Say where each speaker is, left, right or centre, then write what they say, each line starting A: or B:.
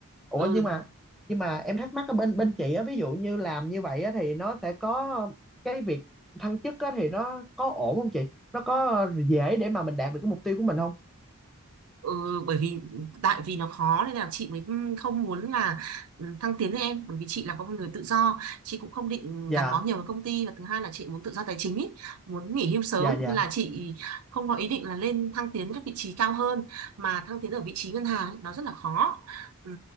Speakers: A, in the centre; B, on the right.
A: ủa
B: ừ
A: nhưng mà nhưng mà em thắc mắc ở bên bên chị á ví dụ như làm như vậy á thì nó sẽ có cái việc thăng chức á thì nó có ổn không chị nó có dễ để mà mình đạt được cái mục tiêu của mình không
B: Ừ, bởi vì tại vì nó khó nên là chị mới không muốn là ừ, thăng tiến với em bởi vì chị là có một người tự do chị cũng không định
A: dạ
B: gắn bó nhiều với công ty và thứ hai là chị muốn tự do tài chính ý, muốn nghỉ hưu sớm
A: dạ dạ
B: nên là chị không có ý định là lên thăng tiến các vị trí cao hơn mà thăng tiến ở vị trí ngân hàng ấy, nó rất là khó ừ,